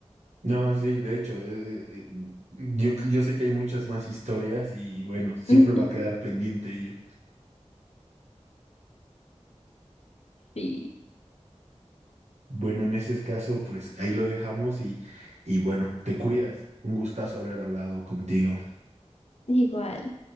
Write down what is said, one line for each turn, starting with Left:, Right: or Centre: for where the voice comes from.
Right: No, sí, de hecho, eh, eh, eh, yo, yo sé que hay muchas más historias y bueno, siempre
Left: <laughs>
Right: va a quedar pendiente ello.
Left: Sí,
Right: Bueno, en ese caso, pues ahí lo dejamos y, y bueno, te cuidas. Un gustazo haber hablado contigo.
Left: igual.